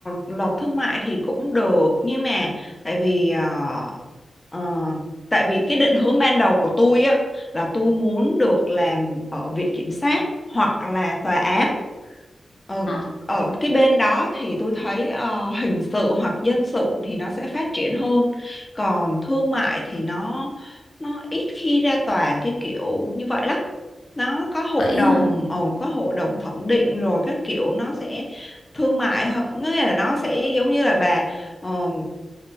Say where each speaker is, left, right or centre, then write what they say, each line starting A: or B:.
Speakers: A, on the left (about 20°); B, on the left (about 80°).
A: luật thương mại thì cũng được nhưng mà tại vì ờ, ờ, tại vì cái định hướng ban đầu của tôi á là tôi muốn được làm ở viện kiểm sát hoặc là tòa án Ừ.
B: Ờ,
A: Ở cái bên đó thì tôi thấy ờ, hình sự hoặc dân sự thì nó sẽ phát triển hơn còn thương mại thì nó nó ít khi ra tòa cái kiểu như vậy lắm nó có hội
B: vậy
A: đồng
B: hả
A: ờ, có hội đồng thẩm định rồi các kiểu nó sẽ thương mại hơn nghĩa là nó sẽ giống như là bà ờ,